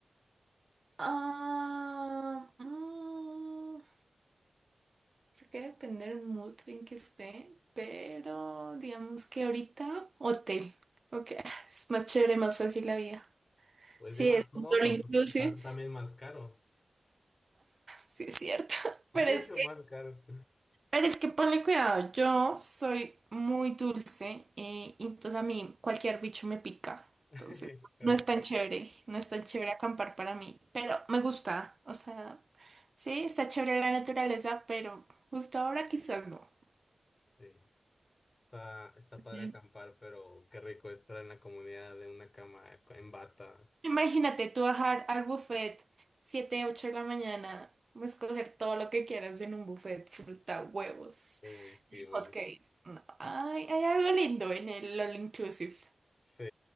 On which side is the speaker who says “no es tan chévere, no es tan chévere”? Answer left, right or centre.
Right